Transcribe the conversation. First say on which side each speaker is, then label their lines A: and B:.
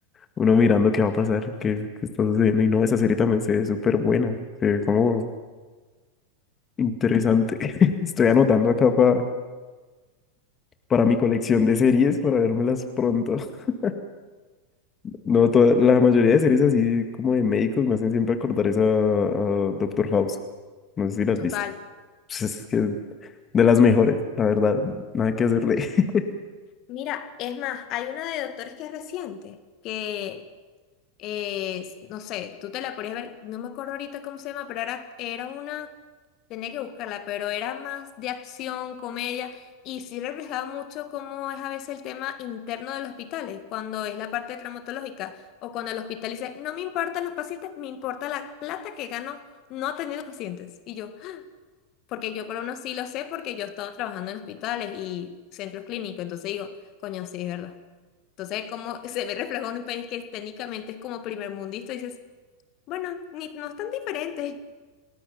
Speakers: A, on the left; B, on the left.
A: uno mirando qué va a pasar, qué, qué está sucediendo, y no, esa serie también se ve súper buena, se ve como interesante. <laughs> Estoy anotando acá pa- para mi colección de series, para vérmelas pronto. <laughs> No, toda, la mayoría de series así como de médicos me hacen siempre acordar esa a Doctor House, no sé si las
B: Total.
A: has visto. Pues es que de las mejores, la verdad, nada que hacerle. <laughs>
B: Mira, es más, hay una de doctores que es reciente, que eh, no sé, tú te la podías ver, no me acuerdo ahorita cómo se llama, pero era, era una, tenía que buscarla, pero era más de acción, comedia, y sí reflejaba mucho cómo es a veces el tema interno de los hospitales, cuando es la parte traumatológica, o cuando el hospital dice, no me importan los pacientes, me importa la plata que gano no teniendo pacientes. Y yo, porque yo por lo menos sí lo sé porque yo he estado trabajando en hospitales y centros clínicos, entonces digo, coño, sí, es verdad. Entonces, como <laughs> se ve reflejado en un país que técnicamente es como primer mundista, dices, bueno, ni, no es tan diferente.